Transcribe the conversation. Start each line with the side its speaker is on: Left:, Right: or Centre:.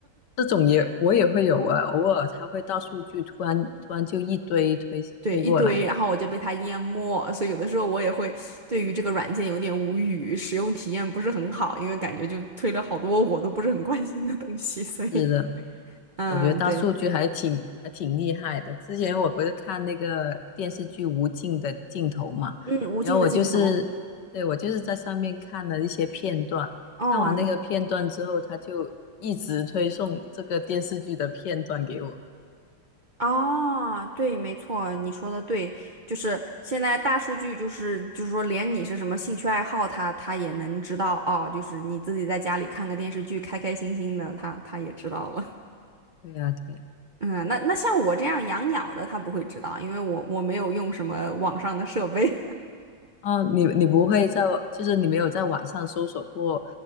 Left: 这种也我也会有啊，偶尔他会大数据突然突然就一堆推推过来的。
Right: <laughs> 对一堆，然后我就被他淹没，所以有的时候我也会对于这个软件有点无语，使用体验不是很好，因为感觉就推了好多我都不是很关心的东西，所以
Left: 是的，
Right: 嗯，
Left: 我觉得大数据还挺还挺厉害的。
Right: 对，
Left: 之前我不是看那个电视剧《无尽的尽头》嘛，
Right: 嗯，无尽的镜头。
Left: 然后我就是，对，我就是在上面看了一些片段，
Right: 哦，
Left: 看完那个片段之后，他就一直推送这个电视剧的片段给我。
Right: 哦，对，没错，你说的对，就是现在大数据，就是就是说，连你是什么兴趣爱好他，他也能知道哦。就是你自己在家里看个电视剧，开开心心的，他他也知道了。<laughs>
Left: 对呀，对呀。
Right: 嗯，那那像我这样养鸟的，他不会知道，因为我我没有用什么网上的设备。
Left: 哦，你你不会在，就是你没有在网上搜索过